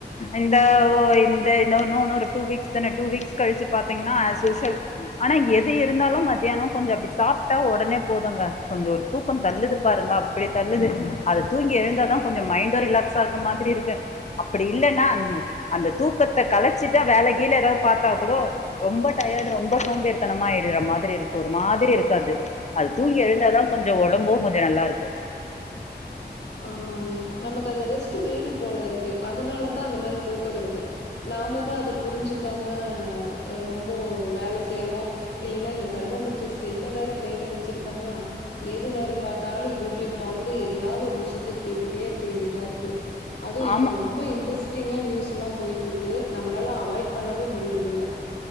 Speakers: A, on the left; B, on the left.
A: இந்த ஒ இந்த இன்னு னு னு ஒரு டூ வீக்ஸ் தானெ டூ வீக்ஸ் கழிச்சு பாத்தீங்னா ஆஸ்யூஷ்வல் ஆனா எது இருந்தாலு மத்யானொ கொஞ்ச அப்டி சாப்டா ஒடனே போதுங்க கொஞ்சொ ஒரு தூக்கம் தள்ளுது பாருங்க அப்டி தள்ளுது அது தூங்கி எழுந்தாதா கொஞ்சொ மைன்டு ரிலாக்ஸா இருக்க மாதிரி இருக்கு அப்பிடி இல்லனா அந் அந்த தூக்கத்த கலச்சிட்டா வேல கீல எதாவ் பாத்தா குடோ ரொம்ப டயர்ட் ரொம்ப சோம்பேறித்தனமா ஆயிட்ற மாதிரி இரு க்கு ஒரு மாதிரி இருக்கு அது அது தூங்கி எழுந்தாதா கொஞ்சொ ஒடம்பு கொஞ்சொ நல்லாருக்கு
B: ஆமாங்க நமக்கு அந்த ரெஸ்ட்டு வேணும் போலருக்கு அதுனாலதா அந்த மாரி தூக்க வருது நாம தா அத புரிஞ்சுக்காம ரொம்போ வேல செய்றோ இல்லைனா இந்த கருமம் புடுச்ச செல்ல வேற கைல வச்சிருக்கமா எது நேரம் பாத்தாலு யூ டியூப் பாத்து எதயாவ்து ஒரு விஷ் யத்த கேட்டுட்டே இருக்க வேண்டியதா இருக்கு அதுவு இப்ப
A: ஆமா
B: ரொம்ப இன்ட்ரெஸ் டிங்கா நியூஸ் எல்லா போயிட்ருக்கு நம்மளால அவாய்ட் பண்ணவே முடியிறதில்ல